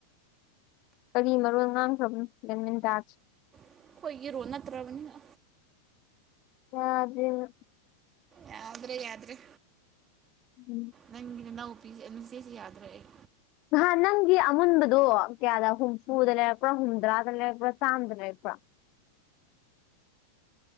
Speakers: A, on the left; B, on the right.
A: ꯀꯔꯤ ꯃꯔꯣꯜ ꯉꯥꯡꯈ꯭ꯔꯕꯅꯣ ꯒꯟꯃꯤꯟꯗꯥꯁ
B: ꯑꯩꯈ‌ꯣꯏꯒꯤ ꯔꯨꯜ ꯅꯠꯇ꯭ꯔꯕꯅꯤꯅ
A: ꯑ ꯑꯗꯨꯗꯅ
B: ꯌꯥꯗ꯭ꯔꯦ ꯌꯥꯗ꯭ꯔꯦ
A: ꯎꯝ
B: ꯅꯪꯅ ꯅ <unintelligible> ꯌꯥꯗ꯭ꯔ‌ꯦ ꯑꯩ
A: ꯅꯍꯟ ꯅꯪꯒꯤ ꯑꯃꯨꯟꯕꯗꯣ ꯀꯌꯥꯗ ꯍꯨꯝꯐꯨꯗ ꯂꯩꯔꯛꯄ꯭ꯔꯥ ꯍꯨꯝꯗ꯭ꯔꯥꯗ ꯂꯩꯔꯛꯄ꯭ꯔꯥ ꯆꯥꯝꯃꯗ ꯂꯩꯔꯄ꯭ꯔꯥ ꯑ